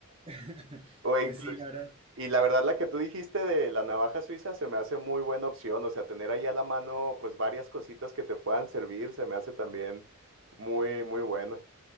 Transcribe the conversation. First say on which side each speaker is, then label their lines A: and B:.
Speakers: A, on the right; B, on the right.
A: <laughs>
B: O incluso-
A: Pues sí, la verdad,
B: y la verdad, la que tú dijiste de la navaja suiza se me hace muy buena opción. O sea, tener ahí a la mano, pues varias cositas que te puedan servir, se me hace también muy, muy buena.